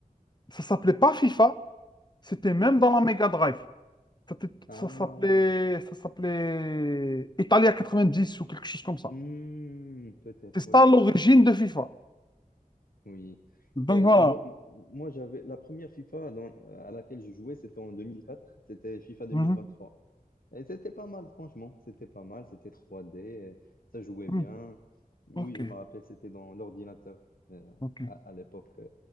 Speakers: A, on the left; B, on the left.
A: ça s'appelait pas FIFA, c'était même
B: Peut-être.
A: dans la Mega Drive. Ça t-
B: Ah,
A: ça s'appelait, ça s'appelait Italia 90 ou quelque chose comme ça.
B: Hmm, peut-être,
A: C'est
B: oui,
A: ça l'origine de FIFA.
B: Oui.
A: Donc
B: Euh,
A: voilà.
B: moi, moi j'avais la première FIFA dans- euh, à laquelle je jouais, c'était en 2004, c'était FIFA deux
A: Mhm.
B: mille vingt-trois. Et c'était pas mal, franchement, c'était pas mal, c'était trois d euh, ça jouait
A: Mhm.
B: bien. Oui,
A: Ok,
B: je me rappelle, c'était dans l'ordinateur euh,
A: ok.
B: à, à l'époque. euh.